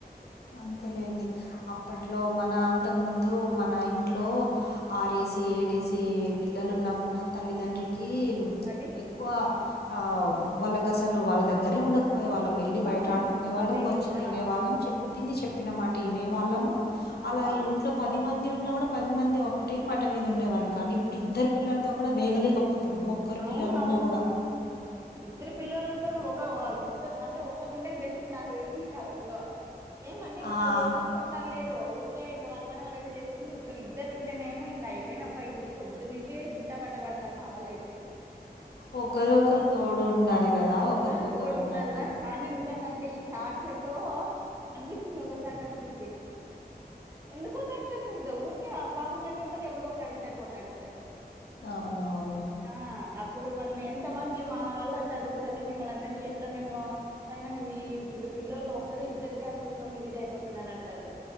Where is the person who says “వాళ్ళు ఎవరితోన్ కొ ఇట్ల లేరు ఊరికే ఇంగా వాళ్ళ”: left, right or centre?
Right